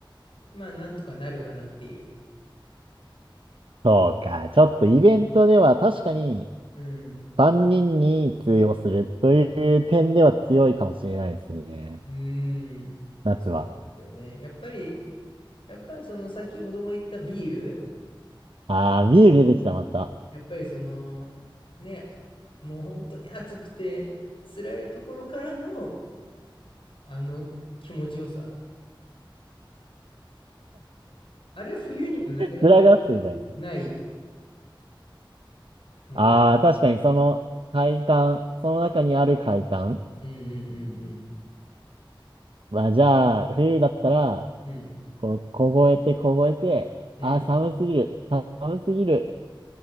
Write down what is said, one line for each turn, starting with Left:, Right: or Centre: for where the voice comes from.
Left: まあなんとかなるかなっていう。
Right: そうか。ちょっとイベントでは確かに
Left: うん。
Right: 万人にんに通用するという点では強いかもしれないですね。
Left: うーん、
Right: 夏は。
Left: そうなんですよね。やっぱり、やっぱりその先ほども言ったビール、
Right: ああ、ビール出てきた、また。
Left: やっぱりその、ね、もう本当に暑くて辛いところからの、あの気持ちよさ。あれは冬にはなかなかこう、
Right: 面がってるじゃないですか。
Left: ないものかな。
Right: ああ、確かにその快感、その中にある快感。
Left: うんうん
Right: まあじゃあ、冬だったら、
Left: うんうん。うん
Right: こう、凍えて凍えて、
Left: うん
Right: ああ、寒すぎる、寒すぎる